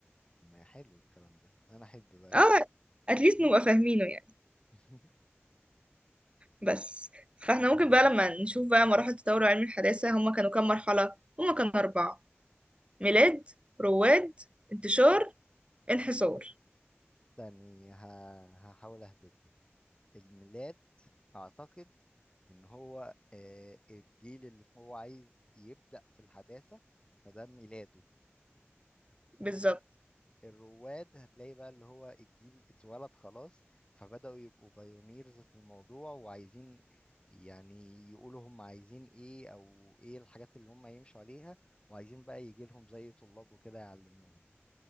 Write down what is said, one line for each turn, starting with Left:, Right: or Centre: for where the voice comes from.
Left: ما حلو الكلام ده أنا أحب بقى الكلام
Right: اه اتليست نبقى فاهمينه يعني
Left: ده <laughs>
Right: بس فاحنا ممكن بقى لما نشوف بقى مراحل تطور علم الحداثة هما كانوا كام مرحلة هما كانوا أربعة ميلاد رواد انتشار انحسار
Left: يعني ه- هحاول اهبط لك الميلاد اعتقد ان هو آه، الجيل اللي هو عايز يبدأ في الحداثة فده ميلاده
Right: بالظبط
Left: والرواد هتلاقي بقى اللي هو الجيل اتولد خلاص فبدأوا يبقوا بايونيرز في الموضوع وعايزين يعني يقولوا هم عايزين ايه او ايه الحاجات اللي هم يمشوا عليها وعايزين بقى يجي لهم زي طلاب وكده يعلموهم